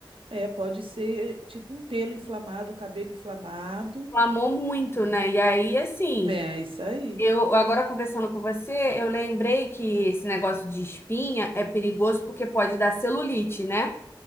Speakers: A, on the right; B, on the left.
A: É, pode ser eh, tipo um pelo inflamado, cabelo inflamado.
B: Inflamou muito, né? E aí, assim,
A: É, isso aí.
B: eu agora conversando com você, eu lembrei que esse negócio de espinha é perigoso porque pode dar celulite, né?